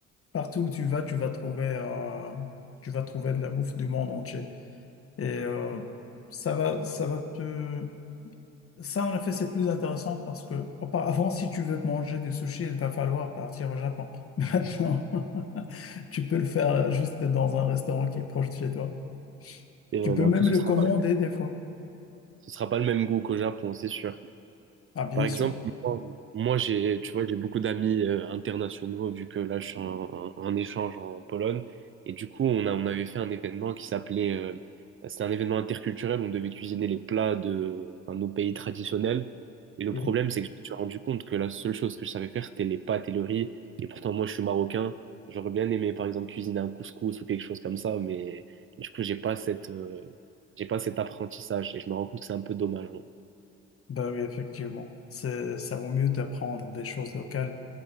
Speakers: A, on the left; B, on the right.
A: Partout où tu vas, tu vas trouver, euh, tu vas trouver de la bouffe du monde entier. Et euh, ça va, ça va te, Ça, en effet, c'est plus intéressant parce que auparavant, si tu veux manger des sushis, il va falloir partir au Japon. <laughs> Maintenant, <laughs> tu peux le faire juste dans un restaurant qui est proche de chez toi.
B: Et,
A: Tu
B: euh,
A: peux
B: mais
A: même
B: après, ce
A: le
B: sera
A: commander
B: pas,
A: des fois.
B: ce sera pas le même goût qu'au Japon, c'est sûr.
A: Ah, bien
B: Par exemple,
A: sûr.
B: moi, moi, j'ai, tu vois, j'ai beaucoup d'amis euh, internationaux vu que là, je suis en, en- en échange en Pologne. Et du coup, on a, on avait fait un événement qui s'appelait, euh, c'était un événement interculturel. On devait cuisiner les plats de, enfin, nos pays traditionnels. Et le
A: Oui.
B: problème, c'est que je me suis rendu compte que la seule chose que je savais faire, c'était les pâtes et le riz. Et pourtant, moi, je suis marocain. J'aurais bien aimé, par exemple, cuisiner un couscous ou quelque chose comme ça. Mais du coup, j'ai pas cette, euh, j'ai pas cet apprentissage. Et je me rends compte que c'est un peu dommage.
A: Ben oui, effectivement. C'est, ça vaut mieux d'apprendre des choses locales,